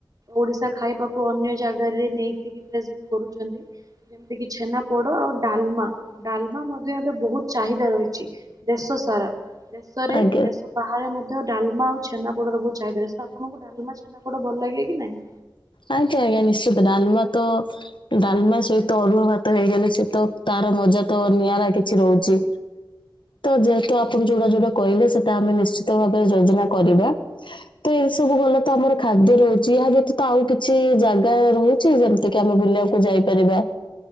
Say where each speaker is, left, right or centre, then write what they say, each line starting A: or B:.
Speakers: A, on the right; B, on the left.
A: ଓଡିଶା <inaudible> ଖାଇବାକୁ ଅନ୍ୟ ଜାଗାରେ ନେଇକିରି ପ୍ରେଜେଣ୍ଟ କରୁଛନ୍ତି ଯେମତି କି ଛେନାପୋଡ଼ ଆଉ ଡାଲ ମା ଡାଲମା ମଧ୍ୟ ଏବେ ବହୁତ ଚାହିଦା ରହିଛି ଦେଶ ସାରା। ଦେଶରେ
B: ଆଜ୍ଞା
A: ଦେଶ ବାହାରେ ମଧ୍ୟ ଡାଲମା ଆଉ ଛେନାପୋଡ଼ ର ବହୁତ ଚାହିଦା ଅଛି ତ ଆପଣଙ୍କୁ ଡାଲମା ଛେନାପୋ ପୋଡ଼ ଭଲ ଲାଗେ କି ନାଇଁ?
B: ଆଜ୍ଞା ଆଜ୍ଞା ନିଶ୍ଚିତ ଡାଲମା ତ ଡାଲମା ସହିତ ଅରୁଆ ଭାତ ହେଇଗଲେ ସେତ ମଜା ତ ନିଆରା କିଛି ରହୁଚି ତ ଯେହେତୁ ଆପଣ ଯୋଉଟା ଯୋଉଟା କହିଲେ ସେଟା ଆମେ ନିଶ୍ଚିତ ଭାବରେ ଯୋଜନା କରିବା ତ ଏ ସବୁ ଗଲାତ ଆମର ଖାଦ୍ୟ ରହୁଛି ଏହା ବ୍ୟତ ତ ଆଉ କିଛି ଜାଗା ରହୁଛି ଯେମିତି କି ଆମେ ବୁଲିବାକୁ ଯାଇପାରିବା,